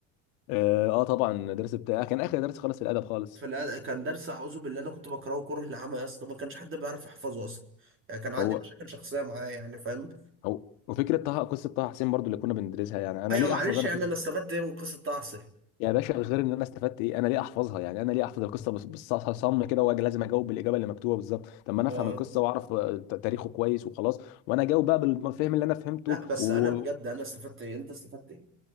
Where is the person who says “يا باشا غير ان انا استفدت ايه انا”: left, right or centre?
Left